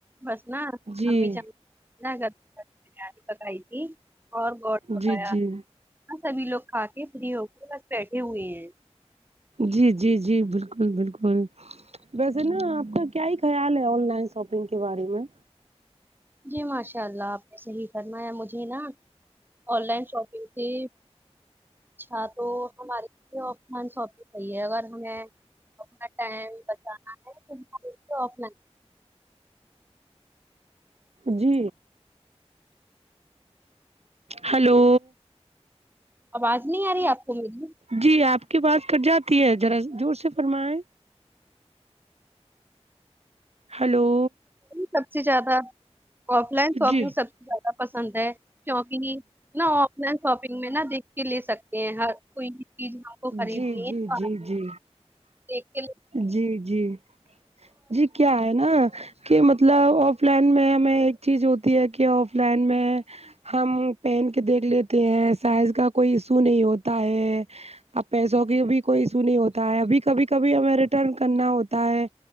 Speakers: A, on the right; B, on the right.
A: بس نا
B: جی
A: امی جان گ بریانی پکائی تھی اور گوڈ پکایا
B: جی جی
A: ہاں سبھی لوگ کھا کے فری ہو کے بس بیٹھے ہوئے ہیں
B: جی جی جی بالکل بالکل ویسے نا آپ کا کیا ہی خیال ہے آن لائن شاپنگ کے بارے میں
A: جی ماشاء اللہ آپ نے صحیح فرمایا ہے مجھے نا آن لائن شاپنگ سے اچھا تو ہمارے لئے آن لائن شاپنگ صحیح ہے اگر ہمیں اپنا ٹائم بچانا ہےنا تو آف لائن
B: جی ہلو
A: آواز نہیں آ رہی ہے آپ کو میری
B: جی آپ کی بات کٹ جاتی ہے ذرا زور سے فرمیں ہلو
A: سب سے زیادہ آف لائن شاپنگ
B: جی
A: سب سے زیادہ پسند ہے کیونکہ نا آف لائن شاپنگ میں نا دیکھ کے لے سکتے ہیں ہر کوئی چیزیں ہم کو خریدنی
B: جی جی
A: ہے اور
B: جی جی
A: دیکھ کے ل
B: جی جی جی کیا ہے نا کہ مطلب آف لائن میں ہمیں ایک چیز ہوتی ہے کہ آف لائن میں ہم پہن کے دیکھ لیتے ہیں سائز کا کوئی ایشو نہیں ہوتا ہے اب پیسوں کی بھی کوئی ایشو نہیں ہوتا ہے ابھی کبھی کبھی ہمیں ریٹرن کرنا ہوتا ہے